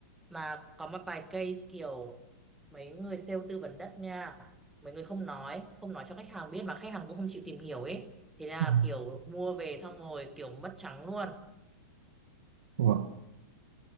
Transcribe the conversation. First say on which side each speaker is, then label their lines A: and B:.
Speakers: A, in the centre; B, on the right.
A: mà có một vài case kiểu mấy người sale tư vấn đất nha mấy người không nói không nói cho khách hàng biết mà khách hàng cũng không chịu tìm hiểu ấy thế là
B: Ừ.
A: kiểu mua về xong rồi kiểu mất trắng luôn
B: Đúng rồi.